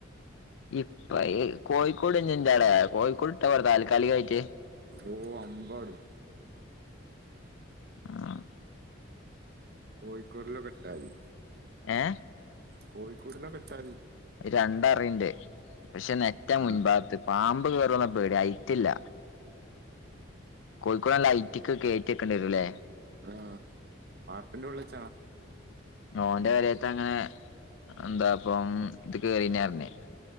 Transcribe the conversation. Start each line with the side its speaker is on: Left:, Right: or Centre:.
Left: ഇപ്പ ഇ കോഴിക്കോട് ഞ്ന്റൊടാ കോഴിക്കോട് ട്ടാ പോരെ താൽക്കാലികായിറ്റ്
Right: ഓഹ് അമ്പാടും.
Left: ആഹ്
Right: കോഴിക്കോടിലൊക്കിട്ടാതി,
Left: ഏ
Right: കോഴിക്കുടിലൊക്കിട്ടാതി.
Left: അഹ് രണ്ടറിണ്ട് പഷേ നെറ്റ
Right: ആ
Left: മുൻ ഭാത്ത്. പാമ്പ് കേറോന്ന പേടി അയ്റ്റില്ല. കോഴിക്കൂട് നല്ലൈറ്റിക്ക് കേറ്റിക്കെണ്ടിരൂല്ലേ
Right: ആഹ് വാർപ്പിന്റോൾളെച്ചാള.
Left: ഓന്റെ പേരേത്തങ്ങനെ എന്താപ്പം ഇത് കേറീനർന്നെ.